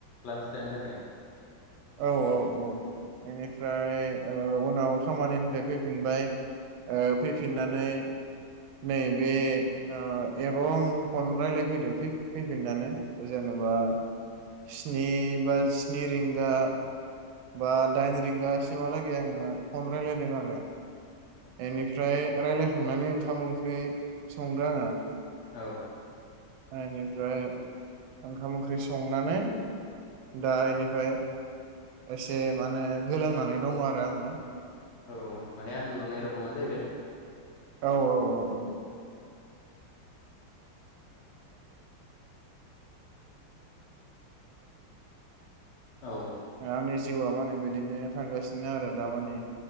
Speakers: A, on the left (about 50°); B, on the right (about 80°).
A: लान्च टाइमनि थाखाय
B: औ औ औ बेनिफ्राय ओ उनाव खामानिनिफ्राय फैफिनबाय ओ फैफिननानै नै बे ओ एपाव आं फन रायज्लायफैदो फै फैफिननानै जेनेबा स्नि बा स्नि रिंगा बा दाइन रिंगासिमहालागै आङो फन रायलायदों आरो बेनिफ्राय रायलाय खांनानै ओंखाम ओंख्रि संदो आङो
A: औ
B: ओ इनिफ्राय ओंखाम ओंख्रि संनानै दा इनिफ्राय एसे माने गोलांनानै दङ आरो आङो।
A: औ माने आन्दुनाय रखमानो जाहैबाय।
B: औ औ औ औ। ओ
A: औ
B: आंनि जिउआ माने बिदिनो थांगासिनो आरो दामाने।